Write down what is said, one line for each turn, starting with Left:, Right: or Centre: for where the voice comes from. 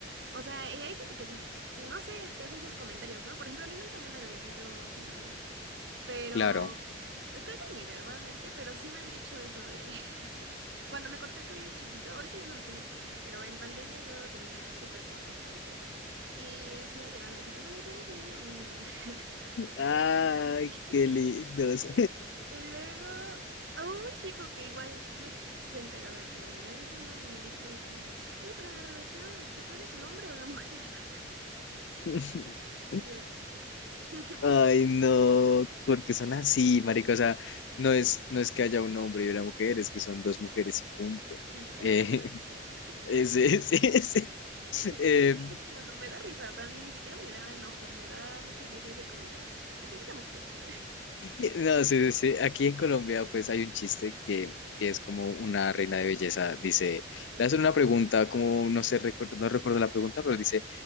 Right: O sea, y hay gente que, n- no sé, te hace esos comentarios, ¿no? Por ejemplo, a mí nunca me han agredido físicamente, pero
Left: claro.
Right: eh, creo que ni verbalmente, pero sí me han dicho eso de... <laughs> Cuando me corté el cabello chiquito, ahorita ya no lo tengo chiquito, pero en pandemia yo lo tenía súper corto, corto, corto. Y sí me llegaron a decir, de, bueno, ¿y tú eres niño o niña? <laughs>
Left: Ay,
Right: Y <laughs>
Left: qué lindos.
Right: típico. Y luego, a un chico que igual yo s- se enteró de que era lesbiana y me dijo de que, oye, pero en la relación, este, ¿tú eres el hombre o la mujer? <laughs>
Left: <laughs>
Right: Y yo de... "Mm". <laughs>
Left: Ay, no, porque son así, marica. O sea, no es, no es que haya un hombre y una mujer, es que son dos mujeres y punto.
Right: Y ya,
Left: Eh,
Right: exacto.
Left: <laughs>
Right: <laughs>
Left: ese, ese, ese.
Right: Es
Left: eh,
Right: que Dios, no, no, me da risa, o sea, ni siquiera me da enojo, me da mucha risa ese comentario. ¿Y quién es la mujer? <laughs>
Left: Es que- No, sí, sí, sí. Aquí en Colombia, pues hay un chiste que, que es como una reina de belleza. Dice, le hacen una pregunta, como no sé, recu- no recuerdo la pregunta, pero dice,